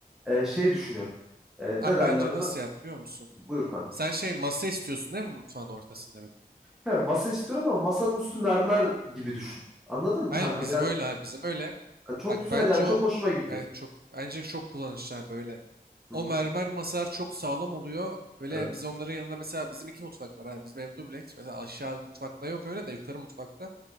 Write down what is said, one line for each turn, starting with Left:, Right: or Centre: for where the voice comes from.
Centre: e, şey düşünüyorum. E, ne
Right: Abi
Centre: derler
Right: bence
Centre: ona?
Right: nasıl yap biliyor musun?
Centre: Buyur kanka.
Right: Sen şey masa istiyorsun değil mi mutfağın ortasında bir de?
Centre: He, masa istiyorum ama masanın üstü mermer gibi düşün. Anladın mı
Right: Aynen
Centre: kankam?
Right: bizim
Centre: Yani
Right: öyle abi bizim öyle.
Centre: ya çok
Right: Bak
Centre: güzel
Right: bence
Centre: yani çok
Right: o
Centre: hoşuma gidiyor.
Right: evet çok bence çok kullanışlı böyle.
Centre: Hı
Right: O
Centre: hı.
Right: mermer masalar çok sağlam oluyor. Böyle
Centre: Evet.
Right: biz onların yanında mesela bizim iki mutfak var. Yani bizim ev dubleks. Mesela aşağı mutfakta yok öyle de yukarı mutfakta